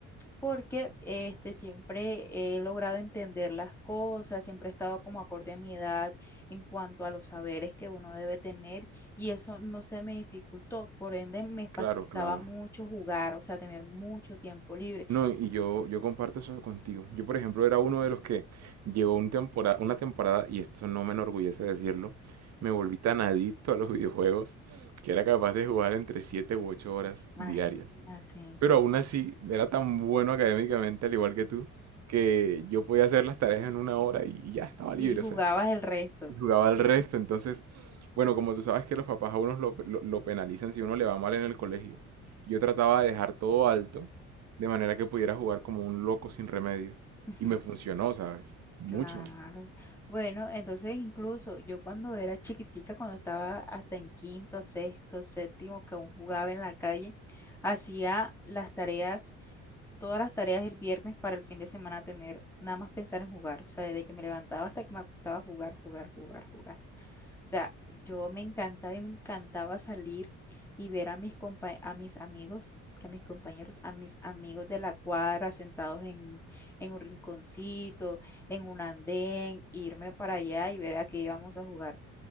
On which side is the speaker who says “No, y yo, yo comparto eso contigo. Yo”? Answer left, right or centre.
Right